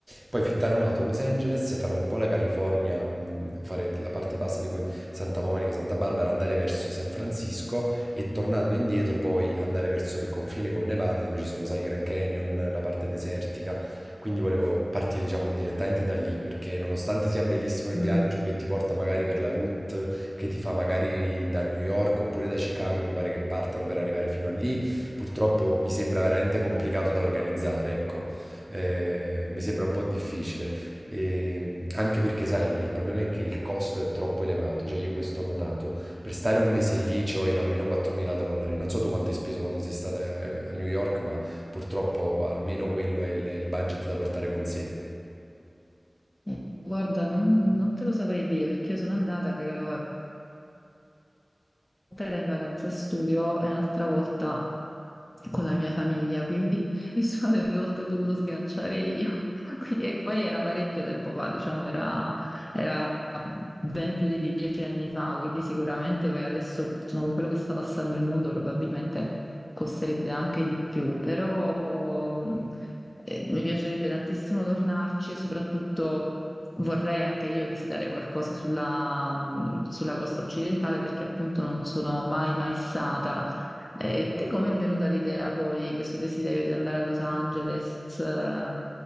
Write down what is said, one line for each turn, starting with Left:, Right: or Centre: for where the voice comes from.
Right: Poi fittare un'auto a Los Angeles, fare un po' la California, mh, fare la parte bassa di que- Santa Monica, Santa Barbara, andare verso San Francisco e tornando indietro poi andare verso il confine col Nevada dove ci sono, sai, Grand Canyon, la parte desertica. Quindi volevo partire, diciamo, direttamente da lì, perché nonostante sia bellissimo il
Left: Mm.
Right: viaggio Mm. che ti porta magari per la route, che ti fa magari da New York oppure da Chicago, mi pare che partano per arrivare fino a lì, purtroppo mi sembra veramente complicato da organizzare, ecco eh, mi sembra un po' difficile. E, anche perché, sai, il problema è che il costo è troppo elevato. Cioè, io questo ho notato. Per stare un mese lì ci vogliono almeno 4.000 dollari. Non so tu quanto hai speso quando sei stata eh, a New York, ma purtroppo almeno quello è il, il budget da portare con sé.
Left: Eh, Guarda, non, non te lo saprei dire perché io sono andata che ero volta era in vacanza studio e un'altra volta con la mia famiglia, quindi <laughs> nessuna delle due volte ho dovuto sganciare io. <laughs> Quindi, e poi era parecchio tempo fa, diciamo, era, era ben più di dieci anni fa, quindi sicuramente poi adesso, insomma, con quello che sta passando il mondo, probabilmente costerebbe anche di più, però mh, eh, mi piacerebbe tantissimo tornarci e soprattutto vorrei anche io visitare qualcosa sulla, mh, sulla costa occidentale perché appunto non sono mai mai stata. Eh, te com'è venuta l'idea poi, questo desiderio di andare a Los Angeles, eh,